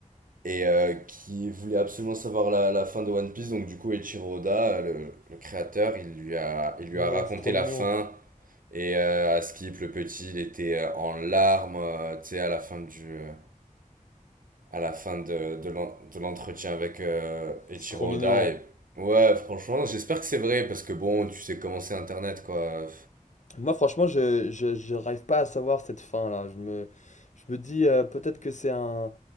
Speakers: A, on the right (about 85°); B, on the left (about 60°).
A: et euh, qui voulait absolument savoir la, la fin de One Piece. Donc du coup, Eiichiro Oda, le, le créateur, il lui a il lui
B: Mais
A: a
B: non,
A: raconté
B: c'est trop
A: la
B: mignon.
A: fin et euh, à Skip le petit, il était euh, en larmes, euh, tu sais, à la fin du euh, à la fin de, de l'en- de l'entretien avec euh, Eiichiro
B: C'est trop mignon.
A: Oda. Et... Ouais, franchement, j'espère que c'est vrai, parce que bon, tu sais comment c'est Internet, quoi.
B: Moi, franchement, je, je, je n'arrive pas à savoir cette fin-là. Je me, je me dis euh, peut-être que c'est un.